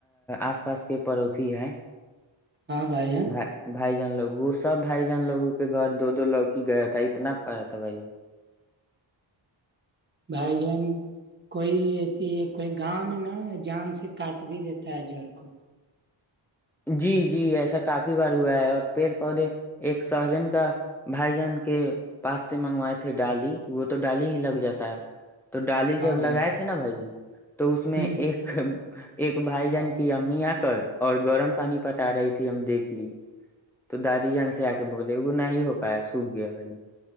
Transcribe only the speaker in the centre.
آس پاس کے پڑوسی ہے
بائی بھائی جان لوگ سب بھائی جان لووں کے گھر دو دو لوگ کی گئے تھا اتنا فرا تھا بائی جان
جی جی ایسا کافی بار ہوا ہے اور پیڑ پودے ایک سہجن کا بھائی جان کے پاس سے منگوائے تھے ڈالی وہ تو ڈالی ہی لگ جاتا ہے تو ڈالی
جب
لگائے تھے نا بھائی ج تو اس میں
ایک ایک بھائی جان کی امی آ کر اور گرم پانی پٹا رہی تھی ہم دیکھ لیے تو دادی جان سے آ کے بولے وہ نہیں ہو پایا سوکھ گیا بھائی ج